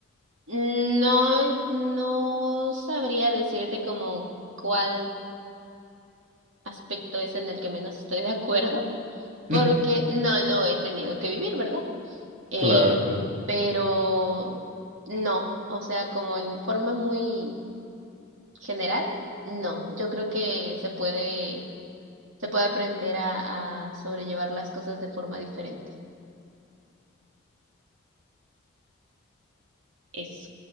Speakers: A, on the right (about 70°); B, on the right (about 45°).
A: No, no sabría decirte como cuál aspecto es en el que menos estoy de acuerdo, porque
B: <laughs>
A: no lo he tenido que vivir, ¿verdad? Eh,
B: Claro, claro.
A: pero no, o sea, como en forma muy general, no. Yo creo que se puede, se puede aprender a, a sobrellevar las cosas de forma diferente. Eso.